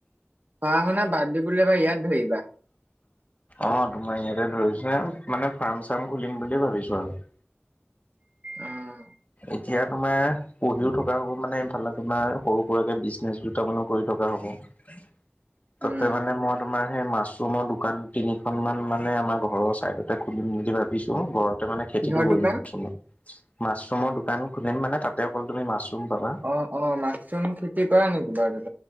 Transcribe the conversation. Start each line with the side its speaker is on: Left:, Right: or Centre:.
Right: পঢ়া-শুনা বাদ দিবলৈ এবাৰ ইয়াত ধৰিবা।
Left: অ' তোমাৰ ইয়াতে ধৰিছোঁ। মানে ফাৰ্ম চাৰ্ম খুলিম বুলি ভাবিছোঁ আৰু।
Right: অ',
Left: এতিয়া তোমাৰ পঢ়িও থকা হ'ব মানে এইফালে তোমাৰ সৰু সুৰাকে বিজনেচ দুটামানো কৰি থকা হ'ব। তাতে
Right: উম,
Left: মানে মই তোমাৰ সেই মাছ চোমৰ দোকান তিনিখন মান মানে আমাৰ ঘৰৰ চাইদতে খুলিম বুলি ভাবিছোঁ। ঘৰতে মানে খেতিটো
Right: কিহৰ
Left: কৰম
Right: দোকান?
Left: অলপ চলপ। মাচৰুমৰ দোকান খুলিম মানে তাতে অকল তুমি মাচৰুম পাবা।
Right: অ' অ' মাচুম খেতি কৰা নেকি বাৰু তুমি?